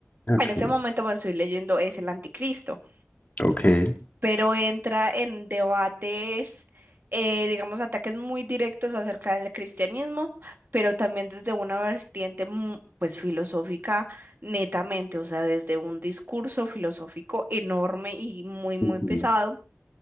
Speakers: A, on the left (about 40°); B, on the right (about 45°).
A: ok,
B: En ese momento me estoy leyendo es El Anticristo,
A: ok,
B: pero entra en debates, eh, digamos, ataques muy directos acerca del cristianismo, pero también desde una vertiente mu- pues filosófica netamente, o sea, desde un discurso filosófico enorme y muy, muy
A: ujú,
B: pesado